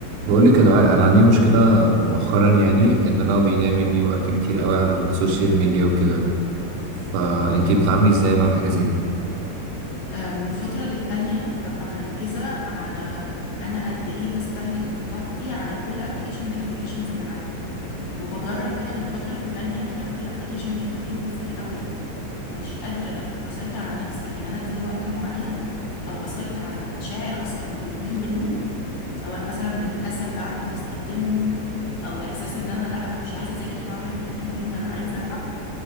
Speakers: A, on the right; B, on the left.
A: بقول لك يا دعاء انا عندي مشكله مؤخرا يعني ان انا بيضيع مني وقت كتير قوي على السوشيال ميديا وكده فانتي بتعاملي ازاي مع حاجه زي دي
B: آه، من فترة للتانية ببقى مركزة على أنا قد إيه بستهلك من وقتي على كل ابلكيشن من الابلكيشنز اللي عندي وبجرب كده من فترة للتانية إن لو في ابلكيشن بياخد مني كتير قوي ومش قادرة أسيطر على نفسي في إن أنا أديله وقت معين أو أسيطر على المشاعر أصلا اللي بتجيلي منه سواء مثلا من كسل بعد ما بستخدمه أو إحساس إن أنا لأ أنا مش عايزة أذاكر وأعمل الحاجات المهمة أنا عايزة ألعب